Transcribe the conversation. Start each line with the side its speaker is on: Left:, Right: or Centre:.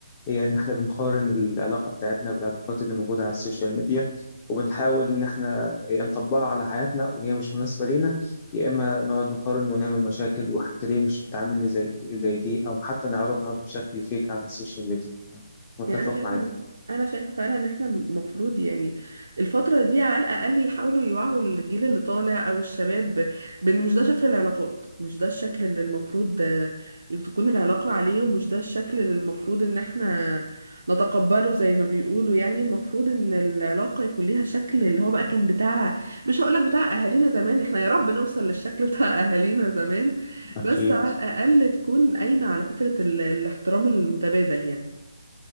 Left: هي إن إحنا بنقارن العلاقة بتاعتنا بالعلاقات اللي موجودة على السوشيال ميديا وبنحاول إن إحنا يا نطبقها على حياتنا وهي مش مناسبة لينا يا إما نقعد نقارن ونعمل مشاكل وحتى ليه مش بتعاملني زي زي دي أو حتى نعرضها بشكل فيك على السوشيال ميديا متفق
Right: يعني انا شايفه
Left: معاك
Right: إن- انا شايفه فعلا ان احنا المفروض يعني الفتره دي على الاقل يحاولوا يوعوا الجيل اللي طالع او الشباب بان مش ده شكل العلاقات مش ده الشكل اللي المفروض آه، تكون العلاقه عليه ومش ده الشكل اللي المفروض ان احنا نتقبله زي ما بيقولوا يعني المفروض ان العلاقه يكون ليها شكل اللي هو بقى كان بتاع مش هقولك بتاع اهالينا زمان احنا يا رب نوصل للشكل بتاع اهالينا زمان
Left: أكيد
Right: بس على الاقل تكون قايمه على فكره ال- الاحترام المتبادل يعني